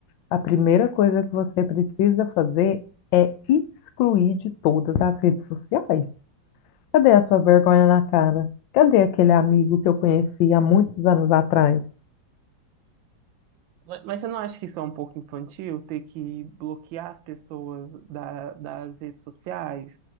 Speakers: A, on the left; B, on the right.
A: A primeira coisa que você precisa fazer é excluir de todas as redes sociais. Cadê a sua vergonha na cara? Cadê aquele amigo que eu conheci há muitos anos atrás?
B: Mas mas você não acha que isso é um pouco infantil, ter que bloquear as pessoas da- das redes sociais,